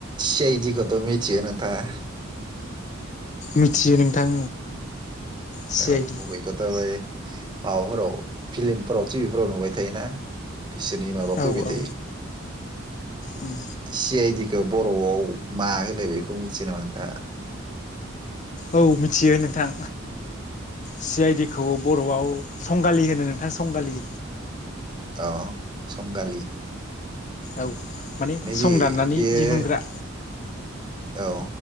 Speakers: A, on the right; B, on the left.
A: सि आइ डिखौथ' मिथियो नोंथाङा
B: मिथियो नोंथां सि
A: औ
B: आइ डि
A: बेखौथ ' माबाफोराव फिल्मफोराव टिभिफोराव नुबाय थायोना बिसोरनि माबा
B: औ
A: फैबाय
B: औ
A: थायो
B: उम
A: सि आइ डि बर'आव मा होनो बेखौ मिथि नामा आं दा
B: औ मिथियो नोंथां सि आइ डि खौ बर'आव सं संगालि होनो नोंथां संगालि
A: अ संगालि
B: औ माने सं
A: बे
B: दाननानै
A: बेयो
B: दिहुनग्रा।
A: औ